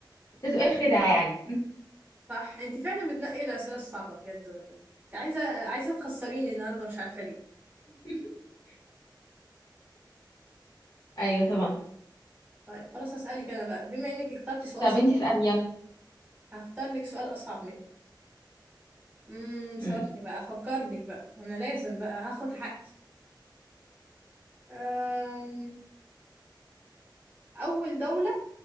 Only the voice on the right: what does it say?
صح انتي فعلا بتنقي الأسئلة الصعبة بجد والله انت عايزة عايزة تخسريني النهاردة مش عارفة ليه
طيب خلاص هسألك أنا بقى بما إنك اخترتي سؤال
صعب
هختار لك سؤال أصعب منه امم ثواني
بقى أفكر لك بقى أنا لازم بقى هاخد حقي أم، أول دولة